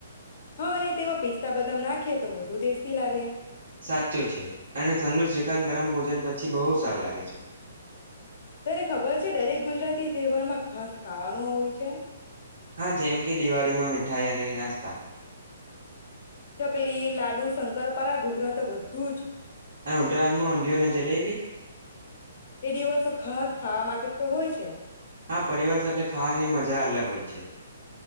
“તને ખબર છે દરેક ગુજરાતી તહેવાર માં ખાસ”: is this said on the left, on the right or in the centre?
Left